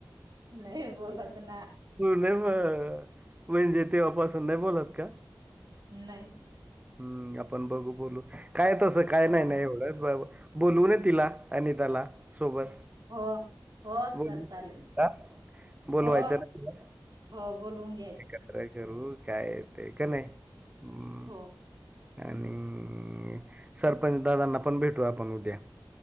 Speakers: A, on the right; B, on the right.
A: नाही बोलत ना.
B: तू नाही म वईन जेतेव्हापासून नाही बोललात का?
A: नाही.
B: हम्म आपण बघू बोलू काय तसं काय नाही
A: हा
B: नाही एवढं बोलवू न तिला आणि त्याला सोबत.
A: हो हो
B: बोलू
A: सर चालेल
B: का? बोलवायचं
A: हो
B: ना.
A: हो बोलवून घ्यायचं
B: एकत्र करू काय येत का नाही् ह.
A: हो.
B: आणि सरपंच दादांना पण भेटू आपण उद्या.